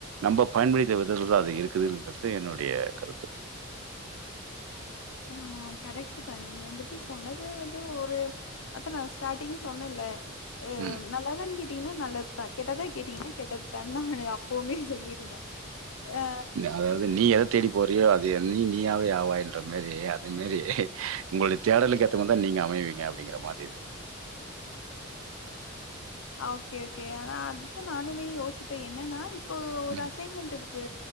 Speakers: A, on the right; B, on the left.
A: நம்ம பயன்படுத்தி விததுதா அது இருக்குதுங்கறது என்னுடைய கருத்து
B: ஆ ஆ கரெக்ட்டு தா நீங்க வந்துட்டு சொன்னது வந்து ஒரு அது நா ஸ்டார்டிங்க் சொன்னல்ல அ
A: ம்
B: நல்லதான் கேட்டீங்கன்னா நல்லத்துதா கெட்டதா கேட்டீங்கன்னா கெட்டத்தானா எடி அப் போமே சொல்லிருந்த ஆ
A: அதாவ்து நீ எத தேடி போறியோ அதே நீ நீயாவே ஆவாய்ன்ற மேரி அத மேரி உங்களுடைய தேடலுக்கேத்த மாரி த நீங்க அமைவீங்க அப்டிங்கிற மாறி இது
B: ஓக்கே ஓக்கே ஆனா அதுத்தா நானுமே யோசிப்பே என்னன்னா இ ப்போ ஒரு
A: ம்
B: அசைன்மெண்ட் இருக்கு